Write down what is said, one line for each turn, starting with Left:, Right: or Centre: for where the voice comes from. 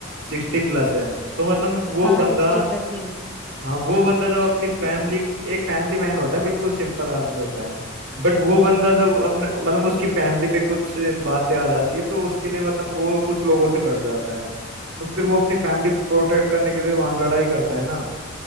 Right: सिक्सटी प्लस है तो मतलब वो
Centre: हाँ
Right: बंदा
Centre: सिक्सटी प्लस ही होगी
Right: हाँ वो बंदा जब अपनी फैमिली एक फैमिली मैन होता है बिल्कुल सिंपल आदमी होता है बट वो बंदा जब अपने मतलब उसकी फैमिली पे कुछ बातें आ जाती है तो उसके लिए मतलब वो कुछ लोगों से लड़ जाता है तो फिर वो अपनी फैमिली को प्रोटेक्ट करने के लिए वहां लड़ाई करता है ना